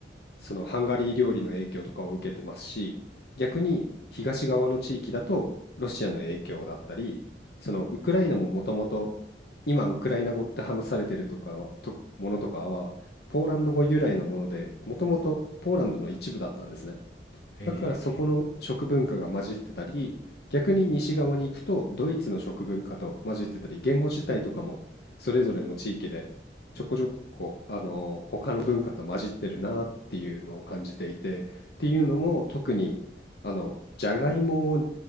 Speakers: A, on the left; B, on the left.
A: そのハンガリー料理の影響とかを受けてますし、逆に東側の地域だとロシアの影響だったり、そのウクライナももともと今ウクライナ語って話されてるとかはとものとかはポーランド語由来のもので、もともとポーランドの一部だったんですね。
B: ええー
A: だからそこの食文化が混じってたり、逆に西側に行くとドイツの食文化と混じってたり、言語自体とかもそれぞれの地域でちょこちょこ、あのー他の文化と混じってるなっていうのを感じていて、っていうのも特にあのじゃがいもを